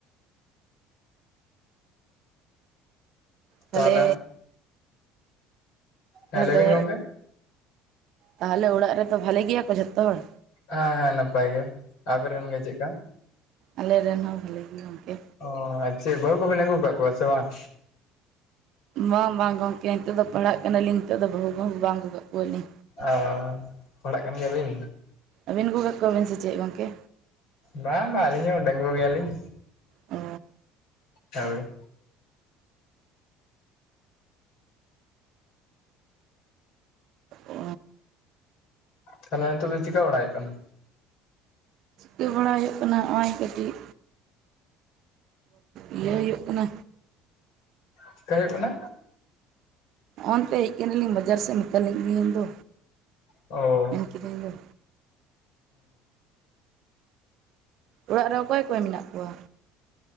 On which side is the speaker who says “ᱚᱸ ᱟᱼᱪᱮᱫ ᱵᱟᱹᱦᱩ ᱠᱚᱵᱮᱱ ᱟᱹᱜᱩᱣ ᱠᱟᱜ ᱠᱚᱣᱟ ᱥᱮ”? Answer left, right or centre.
Left